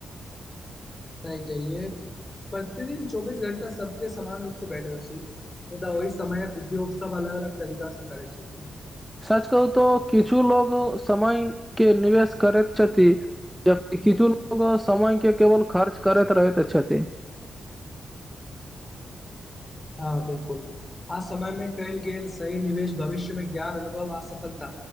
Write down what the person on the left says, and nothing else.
<unintelligible> प्रतिदिन चौबीस घंटा सबके समान रूप से भेटल अछि मुदा ओहि समयक उभी सब अलग अलग तरीकास से करै छथि।
हँ बिलकुल। आ समय मे कयल गेल सही निवेश भविष्य मे ज्ञान अनुभव आ सफलता।